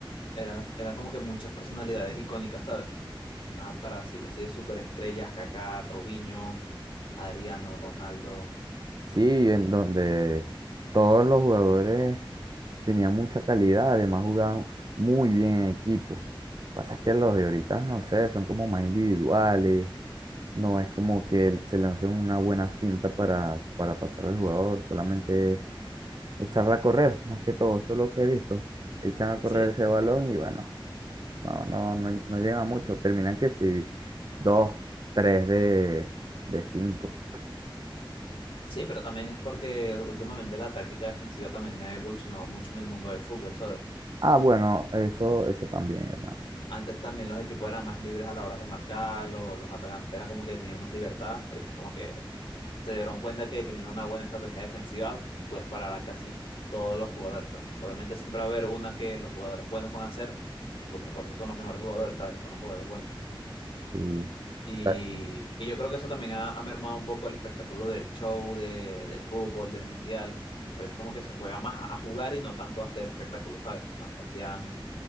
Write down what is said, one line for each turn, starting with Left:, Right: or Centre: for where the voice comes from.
Left: era era como que muchas personalidades icónicas, ¿sabes? Una Brasil así de superestrellas, Kaká, Robinho, Adriano, Ronaldo.
Right: Sí, en donde todos los jugadores tenían mucha calidad, además jugaban muy bien en equipo. Pasa es que los de ahorita, no sé, son como más individuales No es como que él se lance una buena finta para, para pasar al jugador, solamente echarla a correr, más que todo, eso es lo que he visto. Echan a
Left: Sí,
Right: correr ese balón y bueno, no, no, no, no llega mucho. Terminan que si dos, tres de, de cinco.
Left: sí, pero también es porque últimamente la táctica defensiva también ha evolucionado mucho en el mundo del fútbol, ¿sabes?
Right: Ah, bueno, eso, eso también, hermano.
Left: Antes también los equipos eran más libres a la hora de marcar, lo- los atacantes eran como que tenían más libertad. Ahorita es como que se dieron cuenta que teniendo una buena estrategia defensiva, puedes parar a casi todos los jugadores, pues. Obviamente siempre va a haber una que los jugadores buenos van a hacer, porque por eso son los mejores jugadores, ¿sabes? Son los jugadores buenos.
Right: Sí.
Left: Y,
Right: O sea,
Left: y yo creo que eso también ha, ha mermado un poco el espectáculo del show, de- del fútbol, del mundial. Ahorita es como que se juega más a, a jugar y no tanto a hacer espectáculos, ¿sabes? Como antes hacían